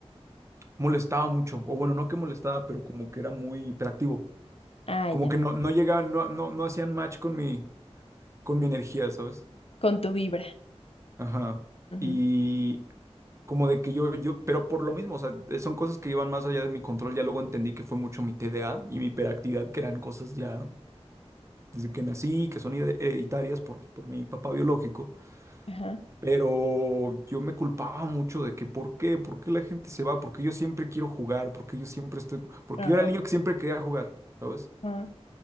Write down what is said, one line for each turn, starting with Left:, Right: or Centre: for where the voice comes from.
Right: molestaba mucho, o bueno, no que molestaba, pero como que era muy hiperactivo,
Left: Ah,
Right: como
Left: ya,
Right: que no, no llegaban, no, no, no hacían match con mi, con mi energía, ¿sabes?
Left: con tu vibra.
Right: Ajá.
Left: Ujú.
Right: Y como de que yo, yo, pero por lo mismo, o sea, eh, son cosas que iban más allá de mi control. Ya luego entendí que fue mucho mi TDA y mi hiperactividad, que eran cosas ya desde que nací, que son hede- hereditarias por, por mi papá biológico.
Left: Ajá.
Right: Pero yo me culpaba mucho de que, ¿por qué? ¿Por qué la gente se va? Porque yo siempre quiero jugar? porque yo siempre estoy...? Porque
Left: Ah,
Right: yo era el niño que siempre quería jugar, ¿sabes?
Left: ajá.